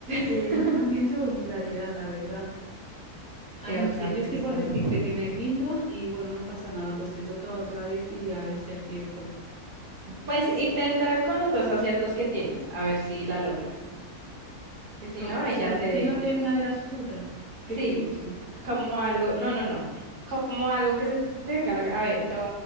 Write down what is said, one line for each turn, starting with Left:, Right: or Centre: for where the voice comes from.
Right: <laughs>
Centre: eh, no, no pienso con claridad, la verdad. Ay,
Right: ¿Qué
Centre: no
Right: otra
Centre: sé,
Right: pista
Centre: yo estoy por decirte
Right: te puedo-
Centre: que me rindo y bueno, no pasa nada, pues te toca otra vez y a ver si acierto.
Right: Pues intenta con los dos aciertos que tienes, a ver si la logras. Y si
Centre: Como,
Right: no, ahí
Centre: o sea,
Right: ya te
Centre: diciéndote
Right: digo.
Centre: una de las frutas que
Right: Sí,
Centre: te he dicho.
Right: como algo, no, no, no, como algo que se tenga. la- ca- A ver, te voy